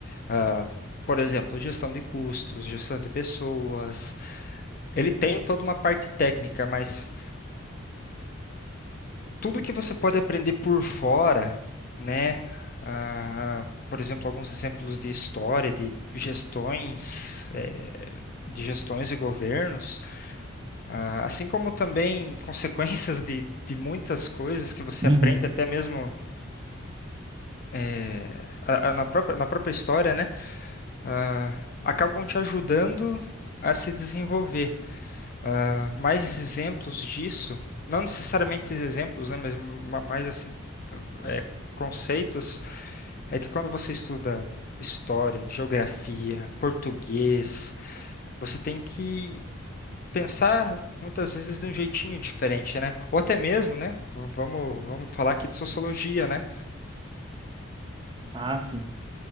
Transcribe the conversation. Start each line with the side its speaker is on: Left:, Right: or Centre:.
Left: ah, por exemplo, gestão de custos, gestão de pessoas. Ele tem toda uma parte técnica, mas tudo que você pode aprender por fora, né? Ah, por exemplo, alguns exemplos de história, de gestões, eh, de gestões e governos, ah, assim como também <laughs> consequências de, de muitas coisas que você
Right: Uhum.
Left: aprende até mesmo eh, a- a- na própria, na própria história, né? Ah, acabam te ajudando a se desenvolver. Ah, mais exemplos disso, não necessariamente exemplos, né? Mas ma- mais assim é, conceitos é que quando você estuda história, geografia, português, você tem que pensar muitas vezes de um jeitinho diferente, né? Ou até mesmo, né? v- Vamos, vamos falar aqui de sociologia, né?
Right: Ah, sim.